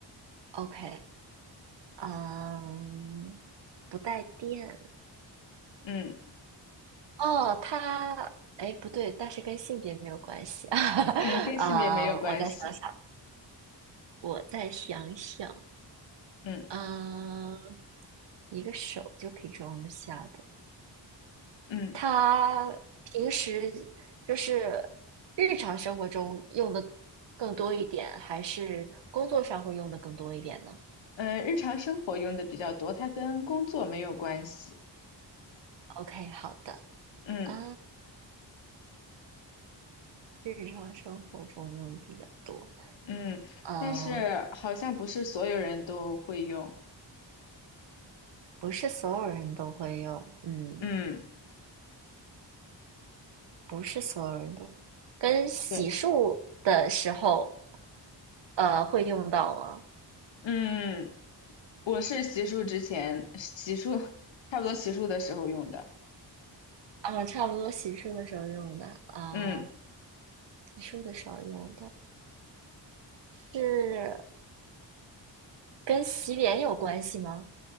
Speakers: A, on the right; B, on the left.
A: ？OK，嗯，不带电。
B: 嗯
A: 哦，它，哎，不对，但是跟性别没有关系 <laughs>
B: 嗯，跟性别没有关系。
A: 啊，我再想想，我再想想，
B: 嗯
A: 嗯，一个手就可以装得下的。
B: 嗯
A: 他平时就是日常生活中用的更多一点，还是工作上会用的更多一点呢
B: 嗯，呃日常生活用的比较多，它跟工作没有关系。
A: ？OK，好的，
B: 嗯。
A: 啊，日常生活中用的比较多，
B: 嗯，
A: 嗯，
B: 但是好像不是所有人都会用。
A: 不是所有人都会用，嗯，
B: 嗯，
A: 不是所有人都跟洗漱的时候，
B: 对，
A: 呃，会用到吗？
B: 嗯，我是洗漱之前，洗漱差不多洗漱的时候用的。
A: 啊，差不多洗漱的时候用的啊，
B: 嗯，
A: 洗漱的时候用的是。跟洗脸有关系吗